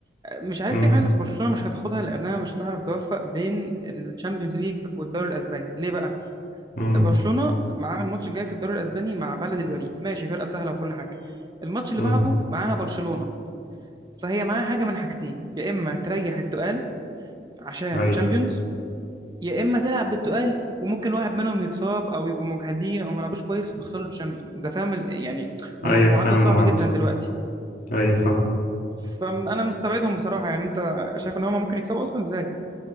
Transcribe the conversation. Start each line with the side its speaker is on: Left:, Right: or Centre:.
Right: آه، مش عارف
Left: امم
Right: ليه حاسس برشلونة مش هتاخدها لأنها مش هتعرف توفق بين الشامبيونز ليج والدوري الأسباني ليه بقى
Left: امم
Right: برشلونة معاها الماتش الجاي في الدوري الأسباني مع بلد الوليد ماشي فرقة سهلة وكل حاجة الماتش اللي
Left: امم
Right: بعده معاها برشلونة فهي معاها حاجه من حاجتين يا اما تريح التقال عشان
Left: أي أيوة
Right: تشامبيونز يا اما تلعب بالتقال وممكن واحد منهم يتصاب او يبقوا مجهدين او ما لعبوش كويس ويخسروا الشامبيونز انت فاهم ال- يعني
Left: أيوه،
Right: هم في معادله
Left: فاهم
Right: صعبه
Left: المعدل
Right: جدا دلوقتي
Left: أيوة فاهم
Right: فانا مستبعدهم بصراحه يعني انت شايف ان هم ممكن يكسبوا اصلا ازاي